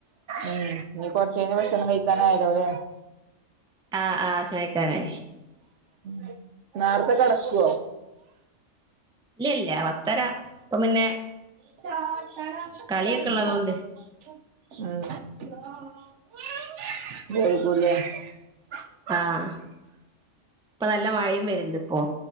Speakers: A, on the right; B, in the centre.
A: ഉം ഇനി കൊർച്ചഴിഞ്ഞ ഭക്ഷണം കഴിക്കാനായല്ലോല്ലെ
B: ആഹ് ആഹ് ഭക്ഷണം കഴിക്കാനായി.
A: ഉം നേർത്തെ കടക്കോ?
B: ഇല്ല്യല്ല പത്തര ഇപ്പം പിന്നെ
A: ഉം
B: കളിയൊക്കെ ഉള്ളതുകൊണ്ട്
A: ആഹ് വൈകുലേ
B: ആഹ് ഇപ്പൊ നല്ല മയിം വെര്ണ്ട്പ്പോ.